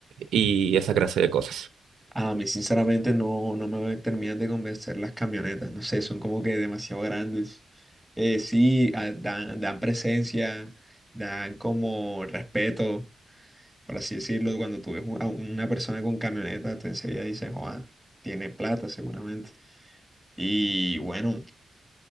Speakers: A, on the right; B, in the centre.
A: y esa clase de cosas.
B: A mí sinceramente no, no me terminan de convencer las camionetas, no sé, son como que demasiado grandes. Eh, sí, ah, dan, dan presencia, dan como respeto, por así decirlo, cuando tú ves un- a una persona con camioneta, te enseguida dices, joa, tiene plata seguramente. Y bueno,